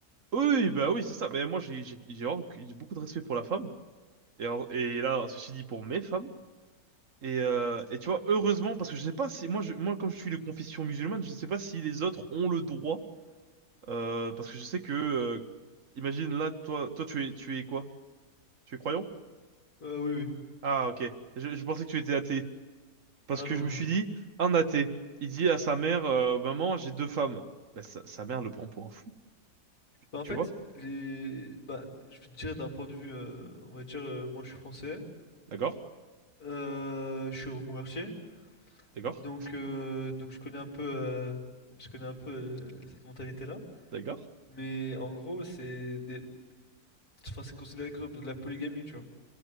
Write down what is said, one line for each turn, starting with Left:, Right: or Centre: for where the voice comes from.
Right: oui, bah oui, c'est ça. Mais moi, j'ai j'ai- j'ai vraiment- j'ai beaucoup de respect pour la femme, et, en- et là, ceci dit, pour mes femmes. Et, euh, et tu vois, heureusement, parce que je sais pas si, moi, je, moi, comme je suis de confession musulmane, je sais pas si les autres ont le droit Euh, parce que je sais que, euh, imagine là, toi, toi, tu es, tu es quoi? Tu es croyant?
Left: Euh, oui, oui.
Right: Ah, ok. Je, je pensais que tu étais athée. Parce
Left: Ah
Right: que
Left: non,
Right: je
Left: non,
Right: me suis
Left: non.
Right: dit, un athée, il dit à sa mère, euh, maman, j'ai deux femmes. Bah, sa, sa mère le prend pour un fou,
Left: Bah en
Right: tu
Left: fait,
Right: vois?
Left: les... Bah, je vais te dire d'un point de vue, euh, on va dire, euh, moi je suis français,
Right: D'accord?
Left: euh, je suis reconverti,
Right: D'accord?
Left: Donc, euh, donc je connais un peu, euh, je connais un peu euh, cette mentalité-là.
Right: D'accord?
Left: Mais en gros, c'est des... enfin, c'est considéré comme de la polygamie, tu vois.